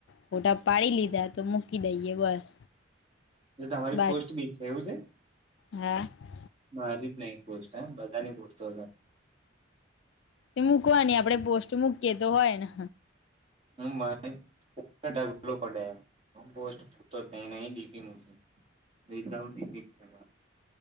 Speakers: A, on the left; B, on the right.
A: ફોટા પાડી લીધા તો મૂકી દઈએ બસ.
B: <unintelligible>
A: બા
B: પોસ્ટ બી છે એવું છે.
A: હા.
B: મારી જ નઈ એક પોસ્ટ હ બધા ની પૂરતો.
A: એ મુકવાની આપડે પોસ્ટ મૂકીએ તો હોય ને.
B: <unintelligible> બે તઉ.